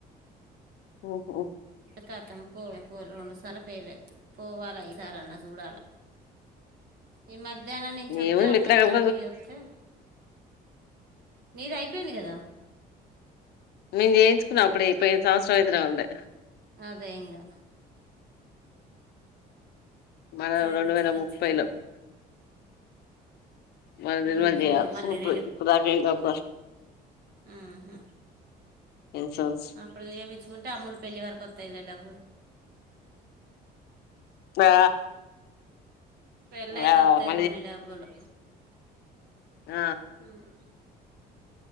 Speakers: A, on the left; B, on the right.
A: ఓహోఓ
B: కతా పో పో రండు స్ల ఫయిల్ పోవాలి ఈ సార అన్నా చూడాలి ఈ మధ్య దేనా నుంచి వస్తే
A: ఏముంది
B: అట్లనన్న
A: మిత్రకం
B: పోయి వస్తే నిధి ఐపోయింది కద
A: మే తెకున్నా అప్పుడు ఇ సంవత్సరం అయితున్నా ఉండే
B: రయంగా
A: మన
B: చేపించుకొచ్చుకోవాలి
A: రెండు వేల ముప్పై లో మన నిర్మాలు
B: మ్మ్,
A: చేయాలి
B: మ్మ్. మళ్ళీ రీని
A: ఇప్పుడుకుడా బస్
B: ఆహా
A: ఇన్సూరెన్స్
B: అప్పుడు ఏయించుకుంటే అమ్ములు పెళ్లి వరకు గుతైలే డబ్బు
A: ఆ
B: పెళ్ళి అయితే
A: ఆ
B: వస్తాయి
A: మ
B: కొన్ని డబ్బులు
A: ఆ
B: ఉమ్,